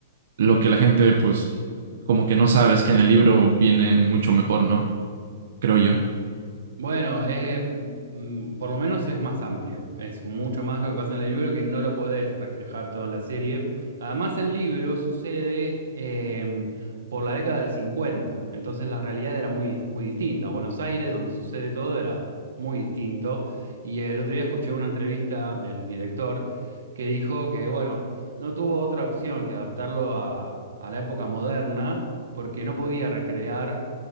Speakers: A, on the right; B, on the right.
A: lo que la gente pues como que no sabe es que en el libro viene mucho mejor, ¿no? Creo yo.
B: Bueno, eh, mm, por lo menos es más amplio, es mucho más lo que pasa en el libro que no lo podés reflejar todo en la serie. Además, el libro sucede em, por la década del 50, entonces la realidad era muy, muy distinta. Buenos Aires, donde sucede todo, era muy distinto. Y el otro día escuché una entrevista del director que dijo que, bueno, no tuvo otra opción que adaptarlo a, a la época moderna porque no podía recrear